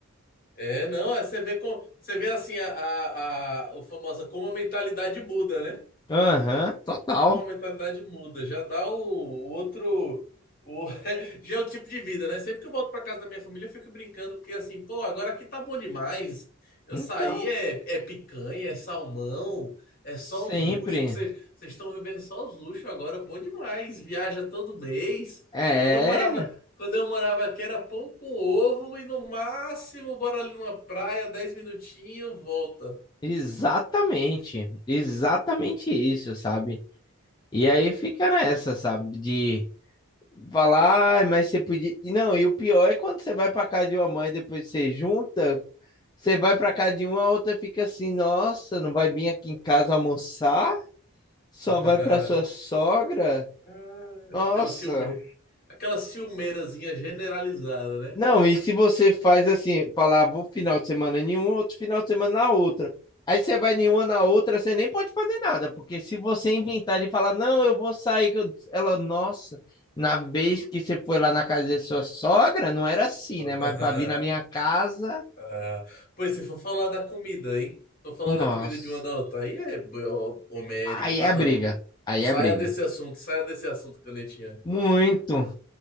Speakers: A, on the left; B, on the left.
A: É, não, é, você vê com, você vê assim a, a, a o famosa como a mentalidade muda, né?
B: Aham, total.
A: Como a mentalidade muda, já dá o, o outro. O, <laughs> já é o tipo de vida, né? Sempre que eu volto pra casa da minha família, eu fico brincando, porque assim, pô, agora aqui tá bom demais. Eu
B: Então,
A: saí, é, é picanha, é salmão, é
B: sempre.
A: só os luxos, que vocês vocês estão vivendo só os luxos agora, bom demais. Viaja todo mês.
B: É,
A: Quando eu morava, quando eu morava aqui era pão com ovo e no máximo, bora ali numa praia, 10 minutinhos, volta.
B: exatamente. Exatamente isso, sabe? E aí fica nessa, sabe? De falar, "Ai, mas você podia. E Não, e o pior é quando você vai pra casa de uma mãe depois você junta, você vai pra casa de uma, a outra fica assim, nossa, não vai vir aqui em casa almoçar? Só
A: <laughs>
B: vai pra sua sogra?
A: Ah,
B: Nossa.
A: aquela ciume... aquela ciumeirazinha generalizada, né?
B: Não, e se você faz assim, falar, vou final de semana em um, outro final de semana na outra. Aí você vai em uma na outra, você nem pode fazer nada, porque se você inventar de falar, não, eu vou sair, que eu-" ela, nossa, na vez que você foi lá na casa da sua sogra, não era assim,
A: <laughs>
B: né? Mas para vir na minha casa,
A: Ah, pois se for falar da comida, hein? Se for falar
B: nossa,
A: da comida de uma da outra, aí é bo- homérico,
B: aí
A: dá
B: é
A: não.
B: briga, aí
A: Saia
B: é briga.
A: desse assunto, saia desse assunto, canetinha.
B: Muito,